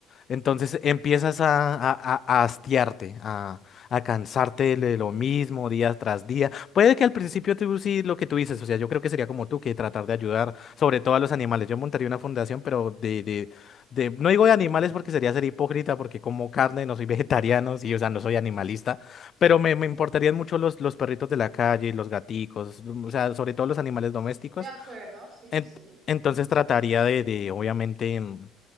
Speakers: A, on the left; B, on the right.
A: Entonces empiezas a, a, a- a hastiarte, a, a cansarte de lo mismo día tras día. Puede que al principio tú sí lo que tú dices, o sea, yo creo que sería como tú, que tratar de ayudar sobre todo a los animales. Yo montaría una fundación, pero de, de, de- no digo de animales porque sería ser hipócrita, porque como carne, no soy <laughs> vegetariano, sí, o sea, no soy animalista, pero me, me importarían mucho los, los perritos de la calle, los gaticos, o sea, sobre todo los animales domésticos.
B: De acuerdo, sí,
A: En-
B: sí, sí.
A: entonces trataría de, de obviamente. mm,